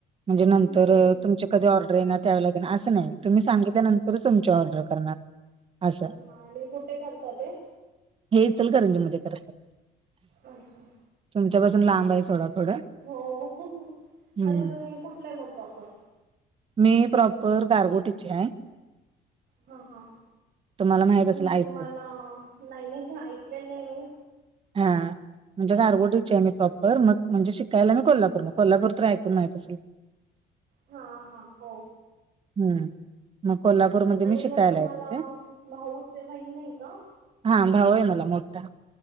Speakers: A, on the right; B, on the right.
A: म्हणजे नंतर
B: हम्म
A: तुमचे कधी ऑर्डर येणार त्यावेळेला येणार असं नाही, तुम्ही सांगितनंतरच तुमची ऑर्डर करणार. असं
B: हा आणि कुठे करता ते?
A: हे इचलकरंजी मध्ये करतात!
B: अजून.
A: तुमच्यापासून लांब आहे सोडा थोडं.
B: हो,
A: हम्म
B: आणि तुम्ही कुठलं हाय मग प्रॉपर?
A: मी प्रॉपर गारगोटी ची हाय.
B: हा, ह
A: तुम्हाला माहित
B: पन
A: असेल ऐकून
B: तुम्हाला नाही, नाही ऐकलेलं नाही मी.
A: हा म्हणजे गारगोटीची
B: हम्म.
A: हाय मी प्रॉपर, मग म्हणजे शिकायला मी कोल्हापूरला मग कोल्हापूर तर ऐकून माहित असेल? <unintelligible>
B: हा, हा, हो.
A: हम्म, मग कोल्हापूरमध्ये
B: आणि
A: मी शिकायला
B: मग तुम्हाला
A: येतं होते.
B: भाऊचे बहीण नाही का
A: हा, भाव आहे मला मोठा.